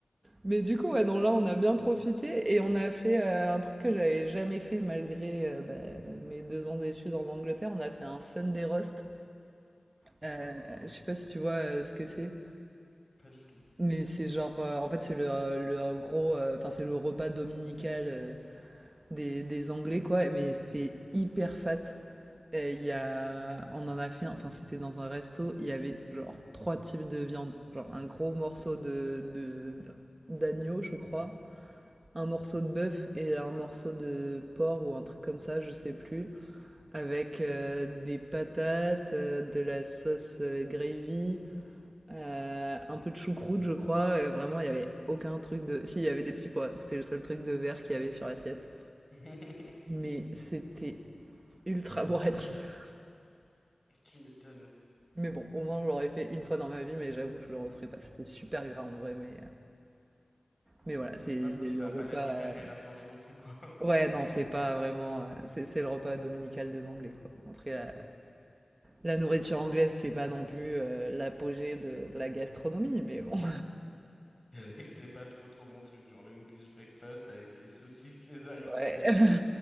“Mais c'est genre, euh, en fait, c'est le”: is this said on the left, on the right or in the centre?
Right